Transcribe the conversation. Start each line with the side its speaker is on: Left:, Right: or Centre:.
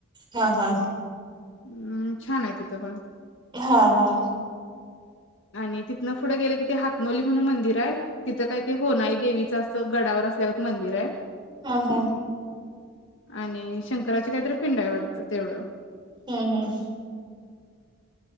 Right: हा हा.
Left: हम्म छान आहे तिथं पण
Right: हा हा.
Left: आणि तिथनं पुढं गेलं कि ते हातनोली म्हणून मंदिर आहे. तिथं काय ते हो नाही देवीचं अस. गडावर असल्यावर मंदिर आहे.
Right: हा हा.
Left: आणि शंकराचे काहीतरी पिंड आहे वाटतं तेवढं.
Right: हम्म हम्म.